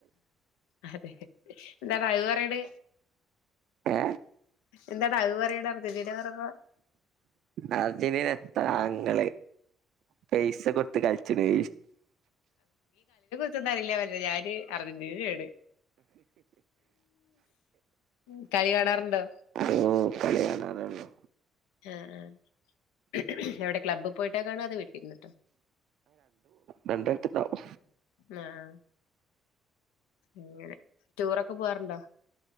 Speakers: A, on the left; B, on the right.
A: അതെ എന്താ അത് പറയണ്
B: ഏ
A: എന്താട അത് പറയണ് അർജൻ്റിനെ പറഞ്ഞപ്പോ
B: അർജന്റീന എത്ര താങ്ക പൈസ കൊടുത്ത് കളിച്ചണ്
A: എനിക്ക്അറിയില്ല വല്യഞാന് അർജന്റീനയാണ് ഉ കളി കാണാറുണ്ടോ
B: ഓ കളി കാണാറല്ലോ
A: ആഹ ആ എവിടെ ക്ലബ്ബ് പോയിട്ടാ കാണോ അത വീട്ടിലിന്നിട്ടോ
B: രണ്ടായിട്ടണ്ടാവു
A: ആഹ എങ്ങനെ ടൂറൊക്കെ പോവാറുണ്ടോ